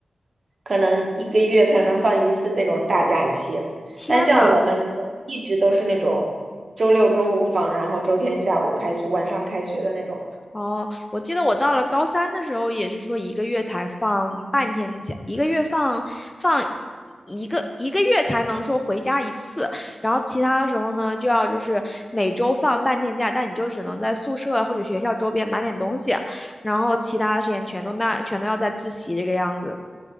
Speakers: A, on the right; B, on the left.
A: 可能一个月才能放一次那种大假期。
B: 天呐！
A: 但像我们一直都是那种周六中午放，然后周天下午开学，晚上开学的那种。
B: 哦，我记得我到了高三的时候，也是说一个月才放半天假，一个月放放一个一个月才能说回家一次，然后其他的时候呢，就要就是每周放半天假，但你就只能在宿舍或者学校周边买点东西，然后其他的时间全都那全都要在自习这个样子。